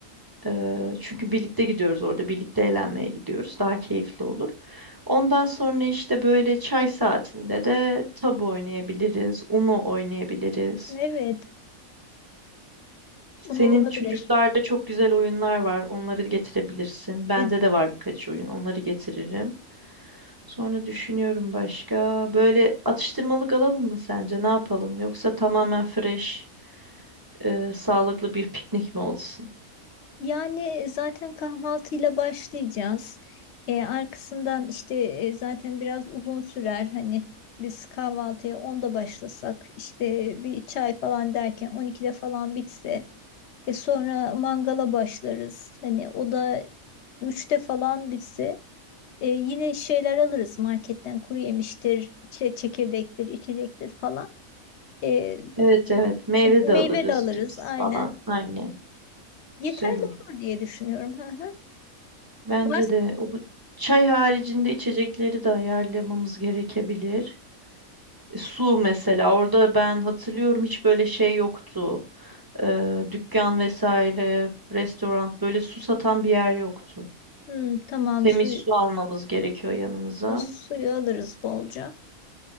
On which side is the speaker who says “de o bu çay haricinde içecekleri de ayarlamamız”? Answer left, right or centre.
Right